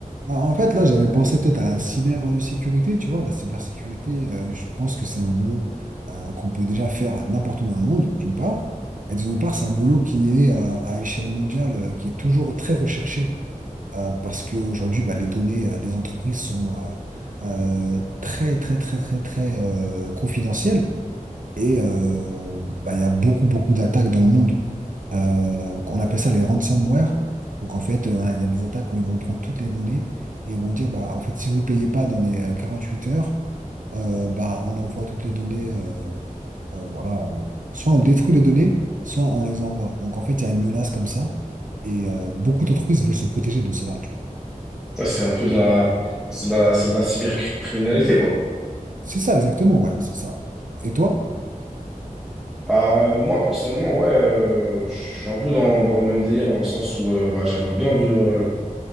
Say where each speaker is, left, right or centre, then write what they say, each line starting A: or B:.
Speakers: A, on the right (about 65°); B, in the centre.
A: Ah, En fait, là, j'avais pensé peut-être à la cybersécurité, tu vois, la cybersécurité, euh, je pense que c'est un boulot euh, qu'on peut déjà faire n'importe où dans le monde, d'une part, et d'une part, c'est un boulot qui est euh, à échelle mondiale, euh, qui est toujours très recherché. Euh, parce qu'aujourd'hui, bah, les données euh, des entreprises sont euh, euh, très, très, très, très, très euh, confidentielles. Et euh, bah, il y a beaucoup, beaucoup d'attaques dans le monde. Euh, on appelle ça les ransomware. Donc, en fait, euh, voilà, il y a des attaques où ils vont prendre toutes les données et vont dire, bah, en fait, si vous payez pas dans les euh, huit heures, euh, bah, on envoie toutes les données. euh, euh, voilà, on- soit on détruit les données, soit on les envoie. Donc, en fait, il y a une menace comme ça. Et euh, beaucoup d'entreprises veulent se protéger de cela, tu vois.
B: Ouais, c'est un peu de la, c'est de la, c'est de la cybercriminalité, quoi.
A: C'est ça, exactement, ouais, c'est ça. Et toi?
B: Euh, moi, personnellement, ouais, euh, je suis un peu dans, dans le même délire, dans le sens où euh, bah, j'aimerais bien vivre euh,